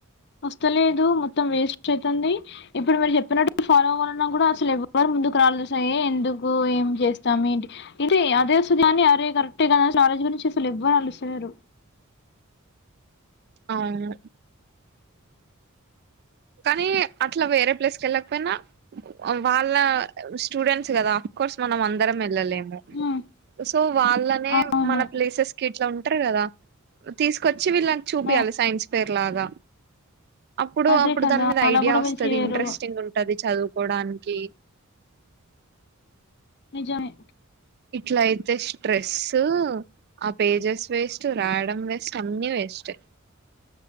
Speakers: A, on the left; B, on the right.
A: వస్తలేదు మొత్తం వేస్ట్ అయితాంది ఇప్పుడు మీరు చెప్పినట్టు ఫాలో అవ్వాలన్నా కూడా అసలు ఎవరు ముందుకు రాలేదు సాయి ఎందుకు ఏం చేస్తామేంటి ఇదే అదేస్తుంది అని అరే కరెక్టే కదా అసలు కలేజ్ గురించి అసలు ఎవ్వరు ఆలోచిస్తలేరు
B: అవును కానీ అట్లా వేరే ప్లేస్ కి వెళ్ళకపోయినా వాళ్ళ స్టూడెంట్స్ కదా అఫ్ కోర్స్ మనం అందరం వెళ్ళలేము
A: హ్మ్.
B: సో వాళ్ళనే
A: అవును.
B: మన ప్లేసెస్ కి ఇట్లా ఉంటారు కదా తీసుకొచ్చి వీళ్ళకి చూపియాలి
A: ఆ!
B: సైన్స్ పేరు లాగా అప్పుడు
A: అదే
B: అప్పుడు
A: కదా
B: దాని మీద
A: అలా
B: ఐడియా
A: కూడా
B: వస్తుంది
A: వీళ్ళు చేయరు.
B: ఇంట్రెస్టింగ్ ఉంటది చదువుకోడానికి
A: నిజామే
B: ఇట్ల అయితే స్ట్రెస్ ఆ పేజెస్ వేస్ట్ రాయాడమ్ వేస్ట్ అన్నీ వేస్ట్